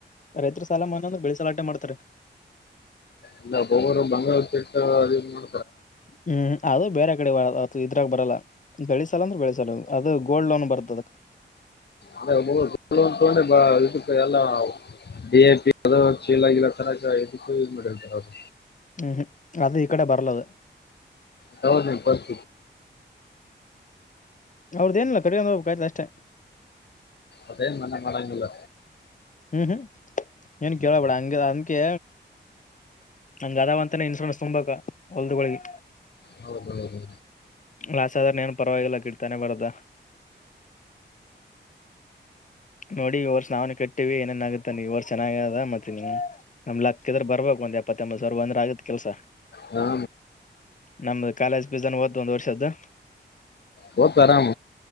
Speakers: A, on the left; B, on the left.
A: ರೈತರ ಸಾಲ ಮಾಡ ಅಂದ್ರ ಬೆಳಸಲಾಟೆ ಮಾಡ್ತಾರೆ
B: ಇಲ್ಲ ಒಬ್ಬರು ಬಂಗಾಳ ಸೆಟ್ಟ ಅ
A: ಹ್ಮ್ ಅದು ಬೇರೆ ಕಡೆದು ಇದ್ರಾಗ ಬರಲ್ಲ ಬೆಳೆಸಾಲ ಅಂದ್ರೆ ಬೆಳೆಸಾಲದು ಅದು ಗೋಲ್ಡ್ ಲೋನ್ ಬರ್ತದೆ
B: ಅ ಒಬ್ಬ ತೋಡೆ ಬ ಇ ಎಲ್ಲ ಡಿ ಐ ಪಿ ಅ ಚೀಲ್ ಆಗಿಲ್ಲ ತ ಮಾಡದು
A: ಹ್ಮ್ ಹ್ಮ್ ಅದು ಈ ಕಡೆ ಬರ್ಲದು
B: ಹೌ ನ ಬತ
A: ಅವ್ರದ ಏನಲ್ಲ ಕಡಿಯಂದ ಹೋಗ್ಾಯ್ತು ಅಷ್ಟೇ
B: ಅದೇ ನನ್ನೆ ಮಾಡಂಗಿಲ್ಲ
A: ಹ್ಮ್ ಹ್ಮ ಏನಕ್ಕೆಲಪಡ ಅಂಗ ಅಂದಕ್ಕೆ ನಂಗ ಅದಾವ ಅಂತಾನೆ ಇನ್ಸೂಡೆನ್ಸ್ ತುಂಬಬೇಕ ಹೊಲ್ದಗಳಿಗೆ
B: ಹೌದೌದು
A: ಲಾಸ್ ಆದ್ರ ೇನು ಪರವಾಗಿಲ್ಲ ಕಿಡ್ತಾನೆ ಬರದ ನೋಡಿ ಅವರ ಸ್ನಾವನ ಕಟ್ಟ ಏನೇನ್ ಆಗುತ್ತೆ ನೀವ್ರ್ ಚೆನ್ನಾಗದ ಮತ್ತ ನೀವು ನಮ್ ಲಕ್ಕಕ್ ಇದ್ರ ಬರ್ಬೇಕು ಒಂದ ಎಪ್ಪತ್ತತ್ಂಬತ್ತು ಸಾವಿರ ಒಂದ್ರ ಆಗೆ ಕೆಲಸ
B: ಹಾ
A: ನಮ್ದ ಕಾಲೇಜ್ ಪಿಝಾನ್ ಹವತ್ತು ಒಂದ್ ವರ್ಷದ್ದು
B: ಬತ ಆರಾಮ